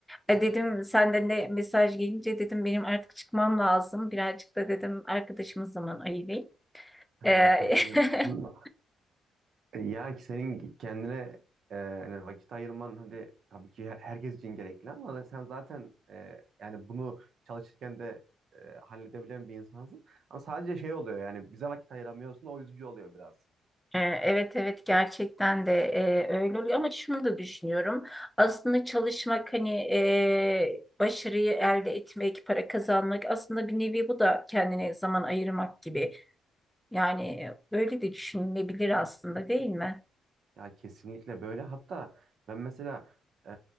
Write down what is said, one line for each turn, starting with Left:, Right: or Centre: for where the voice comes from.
Centre: E, Dedim senden de mesaj gelince dedim benim artık çıkmam lazım. Birazcık da dedim arkadaşımız zaman ayırayım.
Right: Ha,
Centre: E,
Right: çok iyi yapmışsın.
Centre: <laughs>
Right: E, Ya ki senin kendine e, hani vakit ayırman hadi tabii ki her- herkes için gerekli ama sen zaten e, yani bunu çalışırken de e, halledebilen bir insansın. Ama sadece şey oluyor yani bize vakit ayıramıyorsun o üzücü oluyor biraz.
Centre: Ee, Evet evet gerçekten de e, öyle oluyor ama şunu da düşünüyorum. Aslında çalışmak hani e, başarıyı elde etmek, para kazanmak aslında bir nevi bu da kendine zaman ayırmak gibi. Yani öyle de düşünülebilir aslında değil mi?
Right: Ya kesinlikle böyle. Hatta ben mesela e,